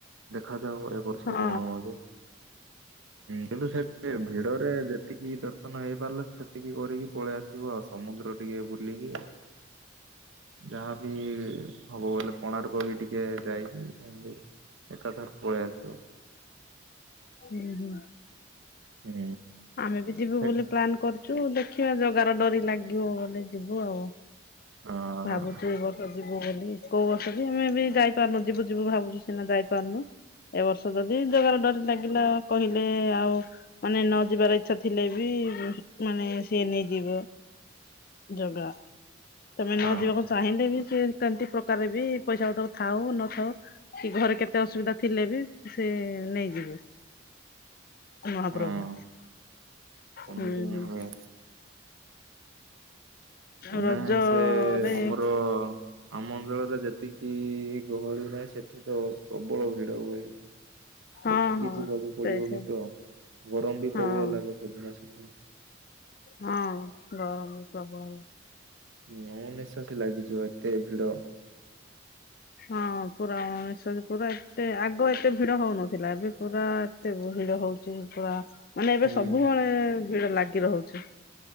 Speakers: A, on the right; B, on the left.
A: ଦେଖାାଯାଉ ଏ ବର୍ଷ
B: ହଁ
A: କଣ ହଉଛି କିନ୍ତୁ ସେ ଭି ଡରେ ଯେତିକି ଦସ୍ ନ ହେଇପାରିଲା ସେତିକି କରିକି ପଳେଇ ଆସିବୁ ଆଉ ସମୁଦ୍ର ଟିକେ ବୁଲିକି। ଯାହାବି ହବ ବୋଲେ କୋଣାର୍କ ବି ଟିକେ ଯାଇକି ଏନ୍ତି। ଏକ କଥା ପଳେ ଆସିବ।
B: ହୁଁ ହୁଁ।
A: ହୁଁ
B: ଆମେ ବି ଯିବୁ
A: ହେଟ୍
B: ବୋଲି ପ୍ଲନ୍ କରିୁଛୁ, ଦେଖିବା ଜଗାର ଡରି ଲାଗିବ ବୋଲେ ଯିବୁ ଆଉ
A: ହଁ
B: ଭାବୁଛି ଏ ବର୍ଷ ଯିବୁ ବୋଲି କୋଉ ବସ ଆମେ ଏବେ ଯାଇପାରୁନୁ ଯିବୁ ଯିବୁ ଭାବୁଛୁ ସିନା ଯାଇପାରୁନୁ। ଏବ ବର୍ଷ ଯଦି ଯୋଗାର ଡ଼ରି ଲାଗିଲା କହିଲେ ଆଉ ମାନେ ନ ନ ଯିବାର ଇଛା ଥିଲେ ବି ମାନେ ସିଏ ନେଇଯିବ ଜଗା ତମେ ନ
A: ହଁ
B: ଯିବାକୁ ଚାହିଁଲେ ବି କିଏ କାଦି ପ୍ରକାର ବି ପଇସାତର ଥାଉ ନଥାଉ କି ଘରେ କେତେ ତ ଅସୁବିଧା ଥିଲେ ବି ସେ ନେଇଯିବେ ମହାପ୍ରଭୁ
A: ହଁ ସେମିତି
B: ହୁଁ
A: ହିଁ
B: ହୁଁ <inaudible>
A: ହୁଏ
B: ଆଉ
A: ମାନେ
B: ରଜରେ
A: ସେ ଆମର ଆମ ଅଞ୍ଚଳରେ ଯେତିକି ଗହଳି ନାହିଁ ସେଠ ତ ପ୍ରବଳ ଭିଡ ହୁଏ।
B: ହଁ
A: ଦେଖିକି
B: ହଁ
A: ଯିବାକୁ ପଡିବ
B: ସେଇଠି
A: କିନ୍ତୁ ଗରମ ବି
B: ହଁ
A: ପ୍ରବଳ ଲାଗେ ସେଦିନ ସେଦିନ
B: ହଁ ଗରମ ପ୍ରବଳ
A: ନମନେ ସାଥି ଲାଗିଯିବ ଏତେ ଭିଡ଼
B: ହଁ ପୁରା <unintelligible> ପୁରା ଏତେ ଆଗ ଏତେ ଭିଡ ହଉନ ଥିଲା ଏବେ ପୁରା ଏତେ ଭୁଲରେ ହଉଛି, ପୁରା ମାନେ ଏବେ
A: ହୁଁ
B: ସବୁବେଳେ ଭିଡ଼ ଲାଗ କିବ ହଉଛି।